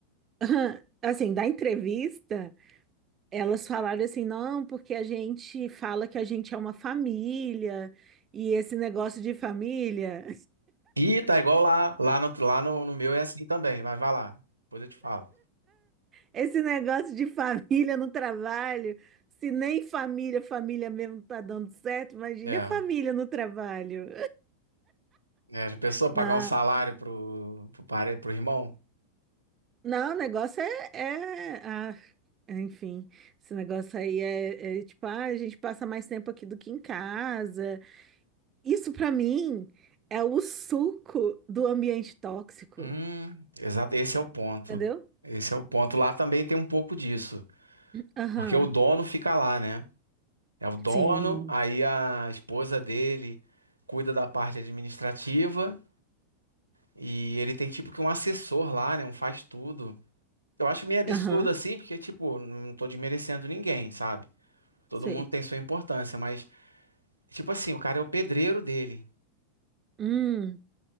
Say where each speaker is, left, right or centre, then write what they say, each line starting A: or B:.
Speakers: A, on the right; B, on the right.
A: <laughs> assim, da entrevista, elas falaram assim, não, porque a gente fala que a gente é uma família, e esse negócio de família.
B: Ih, tá igual lá, lá no, lá no, no meu é assim também, mas vai lá, depois eu te falo.
A: Esse negócio de família no trabalho, se nem família, família mesmo não tá dando certo, imagina
B: É,
A: a família no trabalho.
B: é, já pensou
A: Não,
B: pagar um salário pro, pro, pare- pro irmão?
A: não, o negócio é, é- ah, enfim, esse negócio aí é, é tipo, ah, a gente passa mais tempo aqui do que em casa. Isso pra mim é o suco do ambiente tóxico,
B: Hum, exato, esse é o ponto.
A: entendeu?
B: Esse é o ponto. Lá também tem um pouco disso,
A: Aham,
B: porque o dono fica lá, né? É o dono,
A: sim,
B: aí a esposa dele cuida da parte administrativa e ele tem tipo que um assessor lá, né? Um faz tudo. Eu acho meio absurdo
A: aham,
B: assim, porque tipo, não tô desmerecendo ninguém, sabe? Todo
A: sei.
B: mundo tem sua importância, mas tipo assim, o cara é o pedreiro dele.
A: Hum,